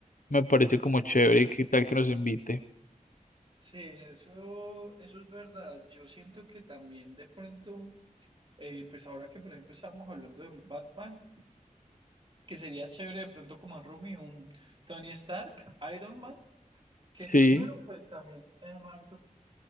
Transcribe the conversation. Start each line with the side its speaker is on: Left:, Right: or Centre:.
Left: me parece como chévere y qué tal que nos invite.
Right: Sí, eso, eso es verdad. Yo siento que también de pronto, eh, pues ahora que por ejemplo estábamos hablando de un Batman, que sería chévere de pronto como un Rumi, un Tony Stark, Iron Man, que
Left: Sí,
Right: primero pues también es más